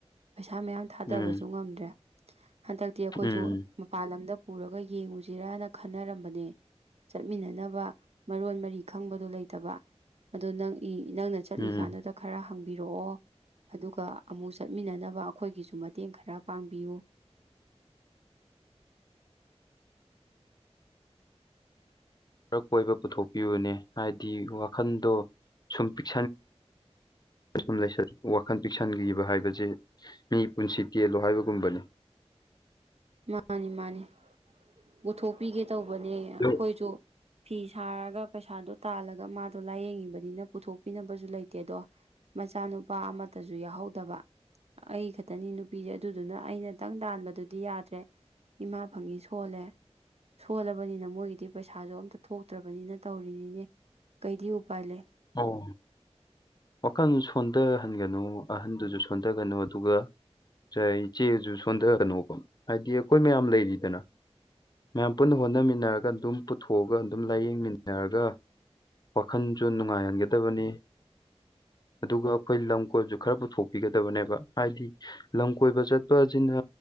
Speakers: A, on the right; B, on the left.
A: ꯄꯩꯁꯥ ꯃꯌꯥꯝ ꯊꯥꯗꯕꯁꯨ
B: ꯎꯝ
A: ꯉꯝꯗ꯭ꯔꯦ ꯍꯟꯗꯛꯇꯤ ꯑꯩꯈꯣꯏꯁꯨ
B: ꯎꯝ
A: ꯃꯄꯥꯟ ꯂꯝꯗ ꯄꯨꯔꯒ ꯌꯦꯡꯉꯨꯁꯤꯔꯅ ꯈꯟꯅꯔꯝꯕꯅꯦ ꯆꯠꯃꯤꯟꯅꯅꯕ ꯃꯔꯣꯟ ꯃꯔꯤ ꯈꯪꯕꯗꯣ ꯂꯩꯇꯕ꯫ ꯑꯗꯣ ꯅꯪ ꯏ ꯅꯪꯅ ꯆꯠꯂꯤꯀꯥꯟꯗꯨꯗ
B: ꯎꯝ
A: ꯈꯔ ꯍꯪꯕ ꯕꯤꯔꯛꯑꯣ ꯑꯗꯨꯒ ꯑꯃꯨꯛ ꯆꯠꯃꯤꯟꯅꯅꯕ ꯑꯩꯈꯣꯏꯒꯤꯁꯨ ꯃꯇꯦꯡ ꯈꯔ ꯄꯥꯡꯕꯤꯌꯨ
B: ꯃꯔꯛ ꯀꯣꯏꯕ ꯄꯨꯊꯣꯛꯄꯤꯕꯅꯦ ꯍꯥꯏꯗꯤ ꯋꯥꯈꯟꯗꯣ ꯁꯨꯝ ꯄꯤꯛ ꯁꯨꯝ ꯋꯥꯈꯜ ꯄꯤꯛꯁꯟꯈꯤꯕ ꯍꯥꯏꯕꯁꯦ ꯃꯤ ꯄꯨꯟꯁꯤ ꯇꯦꯜꯂꯣ ꯍꯥꯏꯕꯒꯨꯝꯕꯅꯤ꯫
A: ꯃꯥꯅꯤ ꯃꯥꯅꯤ ꯄꯨꯊꯣꯛꯄꯤꯒꯦ꯫ ꯇꯧꯕꯅꯦ ꯑꯩꯈꯣꯏꯁꯨ
B: ꯑꯗꯨ
A: ꯐꯤ ꯁꯥꯔꯒ ꯄꯩꯁꯥꯗꯣ ꯇꯥꯜꯂꯒ ꯃꯥꯗꯣ ꯂꯥꯏꯌꯦꯡꯉꯤꯕꯅꯤꯅ ꯄꯨꯊꯣꯛꯄꯤꯅꯕꯁꯨ ꯂꯩꯇꯦ ꯑꯗꯣ ꯃꯆꯥꯅꯨꯄꯥ ꯑꯃꯇꯁꯨ ꯌꯥꯎꯍꯧꯗꯕ ꯑꯩ ꯈꯛꯇꯅꯤ ꯅꯨꯄꯤꯁꯦ ꯑꯗꯨꯗꯨꯅ ꯑꯩꯅꯇꯪ ꯇꯥꯟꯕꯗꯨꯗꯤ ꯌꯥ ꯅꯠꯇ꯭ꯔꯦ ꯏꯃꯥ ꯐꯪꯉꯤ ꯁꯣꯜꯂꯦ ꯁꯣꯜꯂꯕꯅꯤꯅ ꯃꯣꯏꯒꯤꯗꯤ ꯄꯩꯁꯥꯁꯨ ꯑꯝꯇ ꯊꯣꯛꯇ꯭ꯔꯕꯅꯤꯅ ꯇꯧꯔꯤꯅꯤꯅꯦ ꯀꯩꯗꯤ ꯎꯄꯥꯏ ꯂꯩ
B: ꯑꯣ ꯋꯥꯈꯜ ꯁꯣꯟꯊꯍꯟꯒꯅꯨ ꯑꯍꯟꯗꯨꯁꯨ ꯁꯣꯟꯊꯒꯅꯨ ꯑꯗꯨꯒ ꯏꯆꯦꯁꯨ ꯁꯣꯟꯊꯒꯅꯨꯀꯣ ꯍꯥꯏꯗꯤ ꯑꯩꯈꯣꯏ ꯃꯌꯥꯝ ꯂꯩꯔꯤꯗꯅ ꯃꯌꯥꯝ ꯄꯨꯟꯅ ꯍꯣꯠꯅꯃꯤꯟꯅꯔꯒ ꯑꯗꯨꯝ ꯄꯨꯊꯣꯛꯑꯒ ꯑꯗꯨꯝ ꯂꯥꯏꯌꯦꯡꯃꯤꯟꯅꯔꯒ ꯋꯥꯈꯜꯁꯨ ꯅꯨꯡꯉꯥꯏ ꯌꯥꯍꯟꯒꯗꯕꯅꯤ ꯑꯗꯨꯒ ꯑꯩꯈꯣꯏ ꯂꯝ ꯀꯣꯏꯕꯁꯨ ꯈꯔ ꯄꯨꯊꯣꯛꯄꯤꯒꯗꯕꯅꯦꯕ ꯍꯥꯏꯗꯤ ꯂꯝ ꯀꯣꯏꯕ ꯆꯠꯄ ꯑꯁꯤꯅ